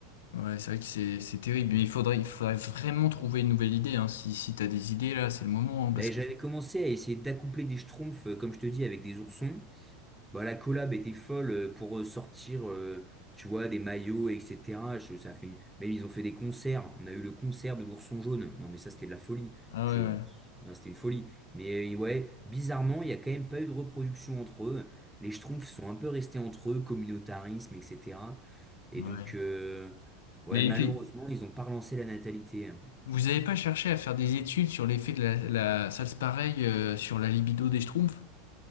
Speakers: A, on the left (about 65°); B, in the centre.
A: Ouais, c'est vrai que c'est c'est terrible, mais il faudrait, il faudrait vraiment trouver une nouvelle idée, hein. Si, si t'as des idées, là, c'est le moment, hein,
B: Ben,
A: parce que...
B: j'avais commencé à essayer d'accoupler des schtroumpfs, euh, comme je te dis, avec des oursons. Bah, la collab était folle euh, pour euh, sortir, euh, tu vois, des maillots, etc. Je- ça fait... une- Même ils ont fait des concerts. On a eu le concert de l'Ourson Jaune. Non, mais ça, c'était de la folie.
A: Ah
B: Je...
A: ouais,
B: bah, c'était une folie. Mais euh, ouais, bizarrement, il n'y a quand même pas eu de reproduction entre eux. Les Schtroumpfs sont un peu restés entre eux, communautarisme, etc. Et
A: ouais.
B: donc,
A: Ouais.
B: euh, ouais,
A: Mais
B: malheureusement,
A: t'es-
B: ils n'ont pas relancé la natalité.
A: vous avez pas cherché à faire des études sur l'effet de la, la... Ça se pareil euh, sur la libido des schtroumpfs?